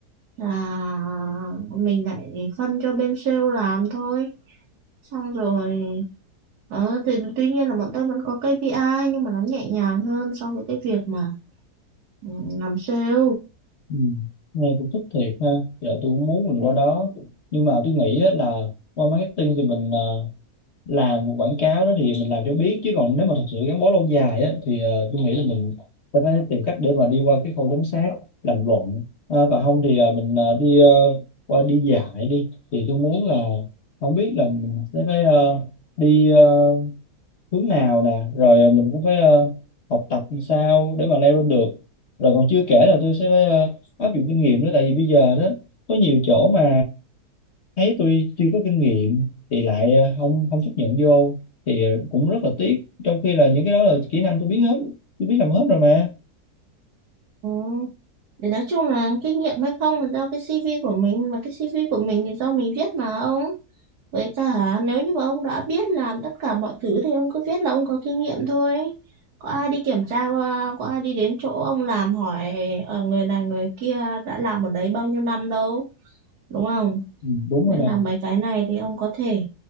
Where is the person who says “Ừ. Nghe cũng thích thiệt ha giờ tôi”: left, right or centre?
Left